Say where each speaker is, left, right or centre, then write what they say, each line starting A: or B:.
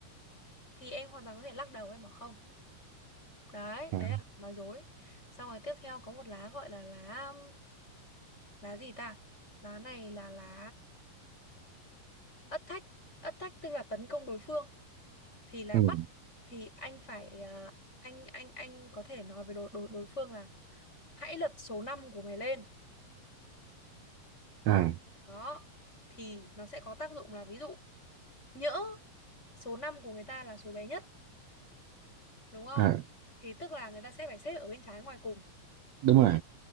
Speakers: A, on the left; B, on the right.
A: thì em hoàn toàn có thể lắc đầu em bảo không đấy
B: à
A: đấy là nói dối xong rồi tiếp theo có một lá gọi là lá lá gì ta lá này là lá ất thách ất thách tức là tấn công đối phương thì là
B: ừ
A: bắt thì anh phải ờ, anh anh anh có thể nói với đối đối đối phương là hãy lật số 5 của mày lên
B: à
A: đó thì nó sẽ có tác dụng là ví dụ nhỡ số 5 của người ta là số bé nhất đúng không
B: à
A: thì tức là người ta sẽ phải xếp ở bên trái ngoài cùng
B: đúng rồi